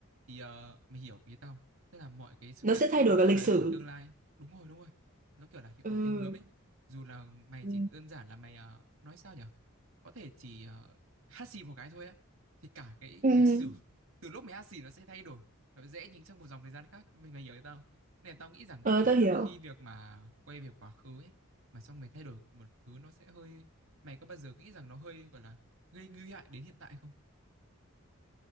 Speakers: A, on the right; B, on the right.
A: thì ờ, mày hiểu ý tao không? tức là mọi cái sự
B: nó
A: kiện
B: sẽ thay
A: tiếp
B: đổi
A: theo
B: cả lịch
A: đấy
B: sử
A: của tương lai đúng rồi đúng rồi nó kiểu là hiệu
B: ừ
A: ứng cánh bướm ấy dù là mày
B: Ừ.
A: chỉ đơn giản là mày ờ, nói sao nhở có thể chỉ ờ, hát xì một cái thôi á thì cả cái
B: Ừ.
A: lịch sử từ lúc mày hát xì nó sẽ thay đổi nó dễ nhính sang một dòng thời gian khác mình mày hiểu tao không? nên là tao nghĩ rằng
B: Ờ
A: ừ,
B: tao hiểu.
A: đôi khi việc mà quay về quá khứ ấy mà xong mày thay đổi một thứ nó sẽ hơi mày có bao giờ nghĩ rằng nó hơi gọi là gây nguy hại đến hiện tại không